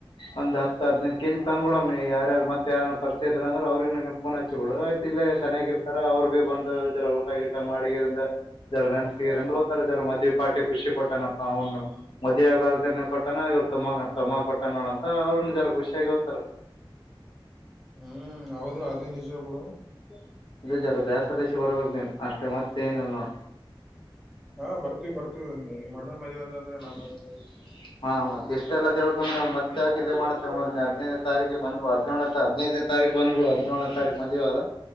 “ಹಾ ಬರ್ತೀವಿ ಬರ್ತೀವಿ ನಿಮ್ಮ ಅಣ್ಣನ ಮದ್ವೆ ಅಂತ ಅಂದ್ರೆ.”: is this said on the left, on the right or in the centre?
Centre